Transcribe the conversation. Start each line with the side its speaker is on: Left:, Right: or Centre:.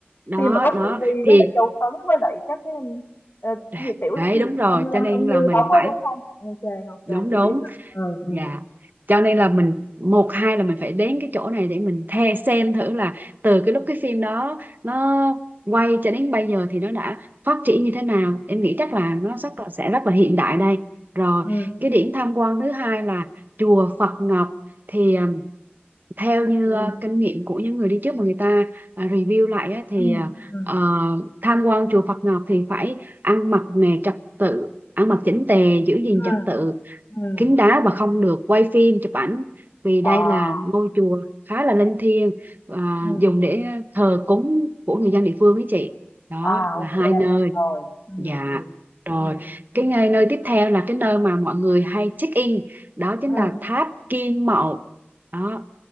Right: đó,
Left: Khi mà có
Right: đó
Left: Triệu Vy với
Right: thì
Left: lại Châu Tấn với lại các cái ờ,
Right: à,
Left: cái gì tiểu
Right: đấy
Left: cái
Right: đúng
Left: gì
Right: rồi,
Left: Tâm Lâm
Right: cho nên
Left: Tâm
Right: là
Left: Như
Right: mình
Left: đóng
Right: phải
Left: ấy đúng không ok ok
Right: đúng
Left: chị
Right: đúng
Left: biết rồi ừ
Right: Dạ.
Left: ừ
Right: Cho nên là mình một hai là mình phải đến cái chỗ này để mình the xem thử là từ cái lúc cái phim đó nó quay cho đến bây giờ thì nó đã phát triển như thế nào. Em nghĩ chắc là nó rất là sẽ rất là hiện đại đây. Rồi,
Left: ừ
Right: cái điểm tham quan thứ hai là chùa Phật Ngọc thì um, theo như
Left: ừ
Right: uh, kinh nghiệm của những người đi trước mà người ta uh, review lại á, thì
Left: ừ ừ
Right: uh, tham quan chùa Phật Ngọc thì phải ăn mặc nè trật tự ăn mặc chỉnh tề giữ gìn
Left: ừ ừ
Right: trật tự
Left: ừ
Right: kín đáo và không được quay phim chụp ảnh vì đây
Left: à
Right: là ngôi chùa khá là linh thiêng à,
Left: ừ
Right: dùng để thờ cúng của người dân địa phương ấy chị đó
Left: à
Right: là
Left: ok
Right: hai nơi
Left: rồi ừ
Right: dạ
Left: ừ
Right: rồi
Left: ừ
Right: cái nơi, nơi tiếp theo là cái nơi mà mọi người hay check in đó chính
Left: ừ
Right: là tháp Kim Mậu đó